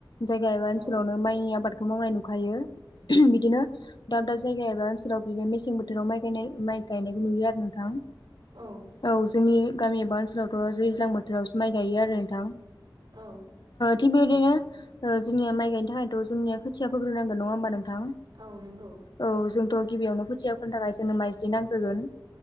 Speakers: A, on the left (about 60°); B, on the right (about 70°).
A: जायगा एबा ओनसोलावनो
B: औ
A: माइनि आबाद बेखौ मावनाय नुखायो बिदिनो दाब दाब जायगा एबा ओनसोलाव बिदिनो मेसें बोथोराव माइ गायनाय माइ गायनायखौ नुयो आरो नोंथां
B: औ
A: औ जोंनि गामि एबा ओनसोलावथ' दैज्लां बोथोरावसो माइ गायो आरो नोंथां
B: औ
A: थिग बेबायदिनो जोंनि माइ गायनो थाखायथ' जोंनिया खोथिया फोग्रोनांगोन नङा होमबा नोंथां
B: औ नंगौ
A: औ जोंथ' गिबियावनो खोथिया फोनो थाखाय जोंनो माइज्लि नांग्रोगोन